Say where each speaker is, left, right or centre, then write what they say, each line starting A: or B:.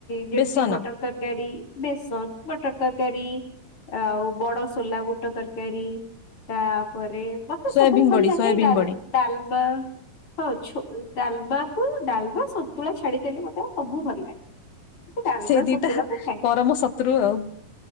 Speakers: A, on the left; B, on the left.
A: ଯେମିତି
B: ବେସନ
A: ମୋଟର ତର୍ କାରୀ, ବେସନ, ମଟର ତରକାରୀ। ଆଉ ବଡ ସୋଲା ବୁଟ ତରକାରୀ, ତାପରେ ମତେ
B: ସୋୟାବିନ୍
A: ସବୁ ଭଲ
B: ବଡି
A: ଲାଗେ
B: ସୋୟାବିନ୍
A: ଡାଲ୍
B: ବଡି
A: ଡାଲମା ହଁଛୁ ଡାଲମାକୁ ଡାଲମା ସ ନ୍ତୁଳା ଛାଡିଦେଲେ ମୋତେ ଆଉ ସବୁ ଭଲ ଲାଗେ। ମତେ ଡାଲମା
B: ସେ ଦିଇଟା
A: ସନ୍ତୁଳା ମୁଁ ଖାଇବି।
B: ପରମ ଶତ୍ରୁ ଆଉ।